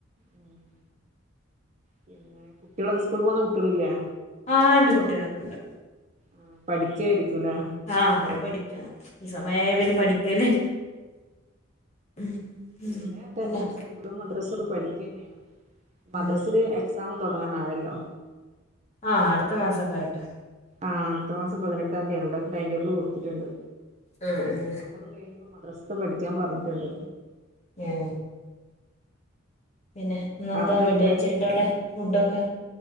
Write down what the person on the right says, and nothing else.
ഉം. പിന്നെ, കുട്ട്യേള് സ്കൂളിൽ പോകുന്ന കുട്ട്യേളില്ലേ?
ആഹ് പഠിക്കായിരിക്കുലേ?
ഇവടേ അതെ.
സ്കൂളും മദ്രസൊക്കെ പഠിക്കന്നേണ്. മദ്രസ്‌ല്
എ ക്സാമ് തൊടങ്ങാനായല്ലോ.
ആഹ് അടുത്ത മാസം പതിനെട്ടാം തിയതിയാണ്. ഇവിടെ ടൈം ടേബിൾ കൊടുത്തിട്ടുണ്ട്.
സ്കൂൾ - <inaudible> മദ്രസത്തെ പഠിക്കാൻ പറഞ്ഞിട്ടുണ്ട്
അവിടെ
എത്ര